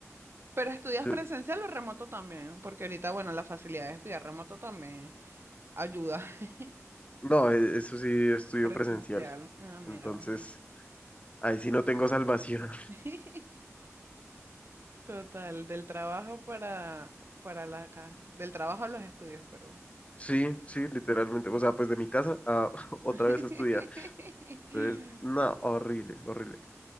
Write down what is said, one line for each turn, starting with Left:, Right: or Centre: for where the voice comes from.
Right: Pero estudias
Left: Yo-
Right: presencial o remoto también, porque ahorita, bueno, la facilidad de estudiar remoto también ayuda. <laughs>
Left: no, e- eso sí, estudio
Right: Presencial.
Left: presencial.
Right: Ah, mira,
Left: Entonces,
Right: bueno.
Left: ahí sí no tengo salvación. <laughs>
Right: <laughs> Total, del trabajo para, para la casa, del trabajo a los estudios, perdón.
Left: Sí, sí, literalmente. O sea, pues de mi casa a <laughs> otra
Right: <laughs>
Left: vez a estudiar. Entonces,
Right: Qué
Left: no, horrible, horrible.